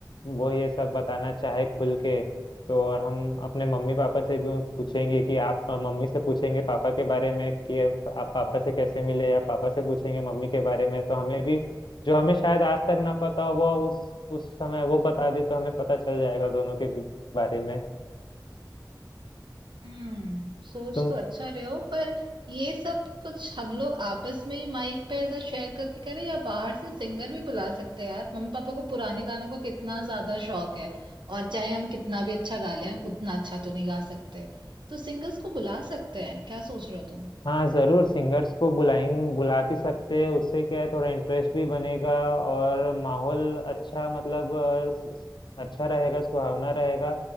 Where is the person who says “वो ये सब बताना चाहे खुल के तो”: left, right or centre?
Left